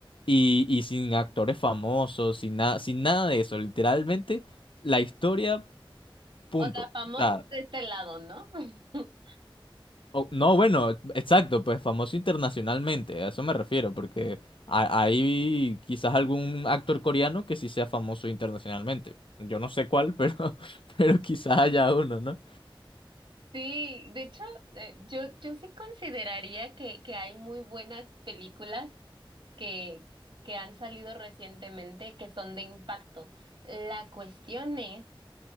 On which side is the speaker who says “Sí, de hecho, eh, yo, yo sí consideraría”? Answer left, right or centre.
Right